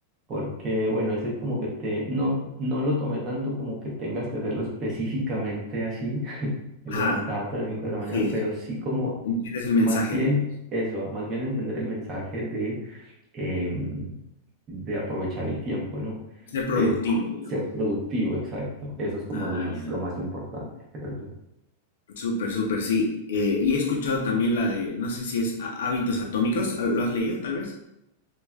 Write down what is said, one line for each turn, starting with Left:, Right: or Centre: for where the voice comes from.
Right: Porque, bueno, ese es como que te, no, no lo tomé tanto como que tengas que hacerlo específicamente así, <laughs> de
Left: Ajá,
Right: levantarte a las cinco de la mañana,
Left: sí,
Right: pero
Left: sí,
Right: sí como
Left: entiendes el mensaje,
Right: más bien
Left: digamos,
Right: eso, más bien entender el mensaje de em, de aprovechar el tiempo, ¿no?
Left: ser
Right: De
Left: productivo, digamos.
Right: ser productivo, exacto. Eso es como
Left: Ah,
Right: lo más,
Left: ya.
Right: lo más importante, creo yo.
Left: Súper, súper, sí. Eh, y he escuchado también la de, no sé si es Há- Hábitos Atómicos, ¿lo has leído tal vez?